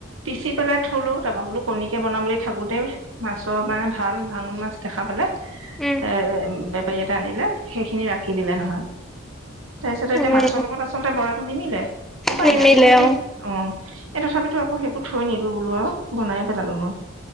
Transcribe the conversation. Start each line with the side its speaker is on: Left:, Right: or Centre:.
Right: পিচি পেলাই থলো তাৰপৰা বোলো কণীকে বনাম বুলি থাকোতে, মাছৰ মানে ভাল। ভাঙোন মাছ দেখা পালে। এ
Centre: উম।
Right: বেপাৰী এটা আনিলে, সেইখিনি ৰাখি দিলে নহয়। তাৰপিছতে
Centre: উম,
Right: এতিয়া মাছৰ লগত আচলতে বৰাটো নিমিলে, উপায়
Centre: নিমিলে
Right: নাই তথাপিতো
Centre: অ',
Right: অহ'। এই তথাপিতো আকৌ, সেইবোৰ থৈ নিদিওঁ বোলো আৰু, বনাইে পেলালো মই।